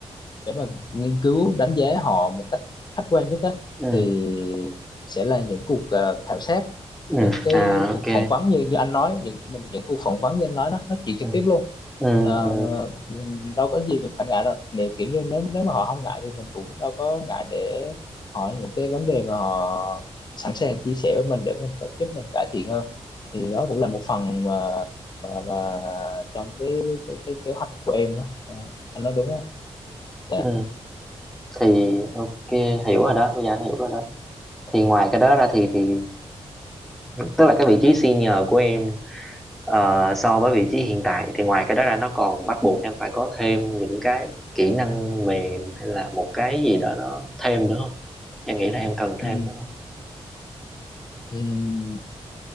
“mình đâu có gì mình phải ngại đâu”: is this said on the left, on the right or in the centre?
Left